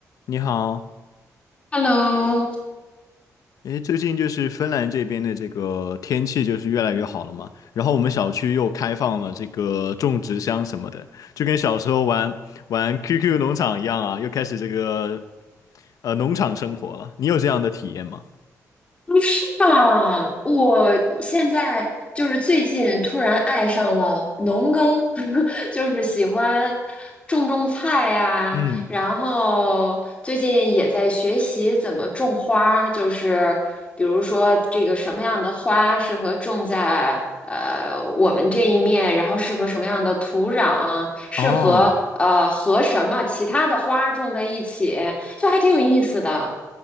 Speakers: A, on the left; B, on the left.
A: 你好，
B: Hello，
A: 诶，最近就是芬兰这边的这个天气就是越来越好了嘛，然后我们小区又开放了这个种植箱什么的，就跟小时候玩玩 QQ 农场一样啊，又开始这个呃农场生活了。你有这样的体验吗？
B: 嗯是吧？我现在就是最近突然爱上了农耕，<laughs> 就是喜欢种种菜呀、
A: 嗯，
B: 然后最近也在学习怎么种花儿，就是比如说这个什么样的花适合种在呃我们这一面，然后适合什么样的土壤，适合呃和什么其他的花儿种在一起，
A: 哦，
B: 就还挺有意思的。